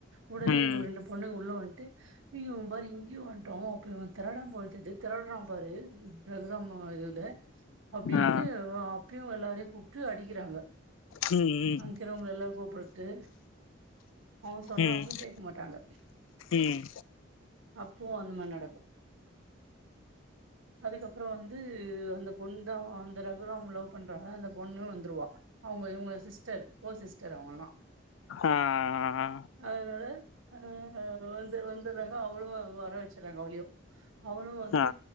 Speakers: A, on the right; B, on the left.
A: உடனே
B: ம்
A: இந்த ஒரு ரெண்டு பொண்ணுக உள்ள வந்ட்டு யோ இவ பாரு இங் இயோ வன்டோ அப்பே வந் திரட போழ் தெர்து திரடுறா பாரு ரகுராம் இதுல அப்டின்ட்டு
B: ஆ
A: ரா ப்புயு எல்லாரயு கூப்ட்டு அடிக்கிறாங்க
B: ம்
A: அங்கிறவங்க எல்லார் கூப்ட டு அவ சொன்ன
B: ம்
A: அப்பளு கேக்க மாட்டாங்க
B: ம்
A: அப்பவு அந்த மாரி நடக்கு <inaudible> அதுக்கப்புற வந்து அந்த பொண்ணு தா அந்த ரகுராம் லவ் பண்றால அந்த பொண்ணு வந்துருவா அவுங்க இவுங்க சிஸ்டர் கோ சிஸ்டர் அவுங்கலா
B: ஆ ஆ ஆ
A: அதனால ஆ வந்து வந்துடுறாங்க அவளு வர வச்றாங்க அவளையு அவளு வந்து
B: ஆ